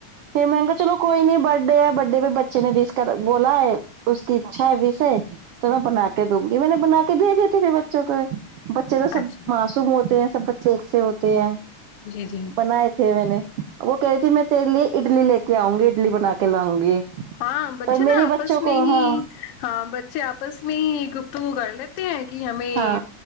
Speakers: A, on the right; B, on the left.
A: پ م کہا چلو کوئی نہیں بڑ ب ڈے ب ڈے میں بچے نےس کر بولا ہے اس کی اچھا ہے وس ہے تو میں بنا کے دوں گی میں نے بنا کے بھیجی تھی پھر بچوں کو بچے کا سب
B: اچھا
A: مسو موت ہیں سب بچے ایک سے ہوتے ہیں
B: جی جی
A: بنائے تھے میں نے وہ کہہ رہی تھی میں تیرے لیے اڈلی لے کے آؤں گی اڈلی بنا کے لاؤں گی
B: ہاں بچے
A: پر میرے
B: نا
A: بچوں
B: آپس
A: کو
B: میں ہی
A: ہاں
B: ہاں بچے آپس میں ہی گف تو گڑ لیتی ہیں کہ ہمیں
A: ہاں